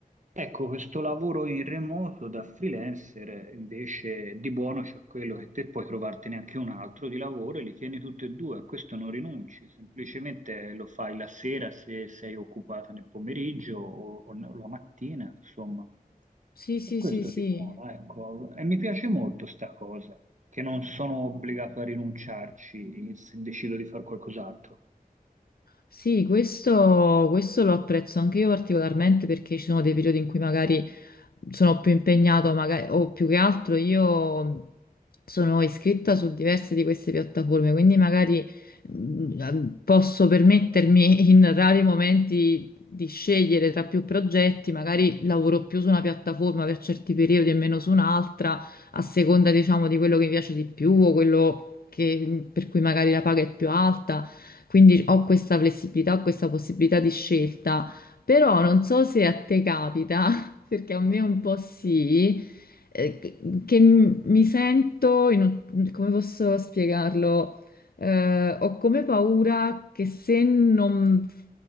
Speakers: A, on the right; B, on the left.
A: Ecco, questo lavoro in remoto da freelancer invece di buono c'è quello che te puoi trovartene anche un altro di lavoro e li tieni tutti e due, a questo non rinunci, semplicemente lo fai la sera se sei occupata nel pomeriggio o, o no, la mattina, insomma.
B: sì, sì,
A: E questo
B: sì, sì.
A: di buono, ecco. E mi piace molto sta cosa, che non sono obbligato a rinunciarci se decido di fare qualcos'altro.
B: Sì, questo, questo lo apprezzo anche io particolarmente perché ci sono dei periodi in cui magari sono più impegnato magari, o più che altro io sono iscritta su diverse di queste piattaforme, quindi magari mh, posso permettermi <laughs> in rari momenti di scegliere tra più progetti, magari lavoro più su una piattaforma per certi periodi e meno su un'altra, a seconda, diciamo, di quello che mi piace di più o quello che- per cui magari la paga è più alta. Quindi ho questa flessibilità, ho questa possibilità di scelta. Però non so se a te capita perché a me un po' sì, eh, che, che m- mi sento, in un- come posso spiegarlo? Eh, ho come paura che se non f-